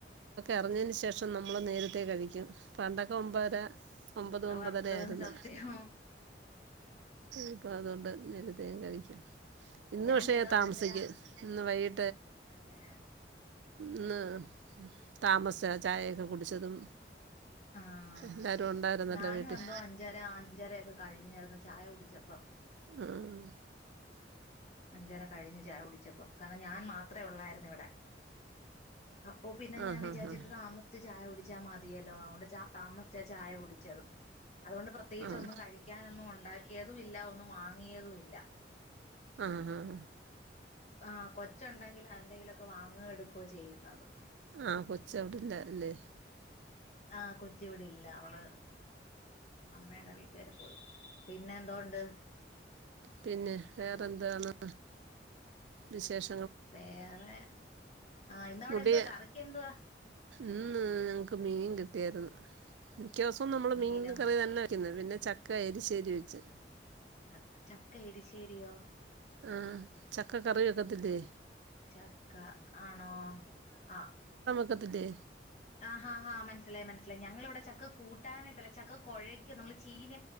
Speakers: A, on the right; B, on the left.
A: ഇറിഞ്ഞതിന് ശേഷം നമ്മൾ നേരത്തെേ കഴിക്കും പപണ്ടൊക്കെ മുൻപാരെ ഒമ്പത് ഒമ്പതരായിരുന്നു
B: പത്ത് മണി സത്യം
A: അപ്പൊ അതൊ ട്‌ നേരത്തെ ഞാൻ കഴിക്കും. ഇന്ന്
B: ഞാൻ
A: പക്ഷേ
B: ചില ദിവസങ്ങളിൽ
A: താമസിക്കും
B: ആ
A: ഇന്ന് വൈകി
B: ആന്നല്ലേ?
A: ഇന്ന് താമസിച്ചാ ചായയൊക്കെ കുടിച്ചതും.
B: ആഹ്
A: എല്ലാരും ഉണ്ടായിരുന്നല്ലോ
B: ഞാനും
A: വീട്ടിൽ
B: എന്തോ അഞ്ചര അഞ്ചരയൊക്കെ കഴിഞ്ഞാരന്ന് ചായ കുടി ച്ചപ്പം.
A: ഉം.
B: അഞ്ചര കഴിഞ്ഞു ചായ കുടിച്ചപ്പം. കാരണം ഞാൻ മാത്രേ ഉള്ളായിരുന്നു ഇവടെ. അപ്പൊ പിന്നെ
A: ആ
B: ഞാ
A: ഹാ
B: വിചാര്ച്ച്ട്ട്
A: ഹാ
B: താമസ്ച്ച് ചായ കുടിച്ചാ മത് തിയല്ലോ ച താമസ്ച്ച ചായ കുടിച്ചതും. അതോണ്ട് പ്രത്യേകിച്ച്
A: ആണ്
B: ഒന്നും കഴിക്കാനൊന്നും ഒണ്ടാക്കിയ തുവില്ല. ഒന്നും വാങ്ങിയതും ഇല്ല.
A: ആഹ് ആഹ്
B: ആ കൊച്ചുണ്ടെങ്കില് എന്തെങ്കിലൊക്കെ വാങ്ങ എടുക്കോ ചെയ്യുന്നതും.
A: ആഹ കൊച്ച് അവിടെല്ലാ ല്ലേ?
B: ആ കൊച്ചിവിടെ ഇല്ല. അവള് അമ്മേ ടെ വീട്ടുകാരെ പോയി. പിന്നെ എന്തോണ്ട്
A: പിന്നെ വേറെന്താണ്. വിശേഷ
B: വേറെ ആഹ ഇന്നവിടെ
A: മുടി
B: എന്തുവാ കറിക്കെന്തുവാ?
A: ഇന്ന് ഞങ്ങക്ക് മീൻ കിട്ടിയായ് രുന്നു. മിക്കേസവും നമ്മള്
B: മീനോ
A: മീൻന്ന് കറി തന്നെ വെ പിന്നെ ചക്ക എരിശേരി വെ ച്
B: ച ചക്ക എരിശ്ശേരിയോ?
A: ആ ചക്ക കറി വക്കത്തില്ലേ?
B: ചക്ക ആണോ ആഹ്.
A: ക്കത്തില്ലേ?
B: ആഹ് ഹാഹാ മനസ്സിലായി മനസിലായി ഞങ്ങൾ ഇവിടെ ചക്ക കൂട്ടാനായിട്ട് അല്ല ചക്ക കൊഴയ്ക്ക നമ്മള് ചീന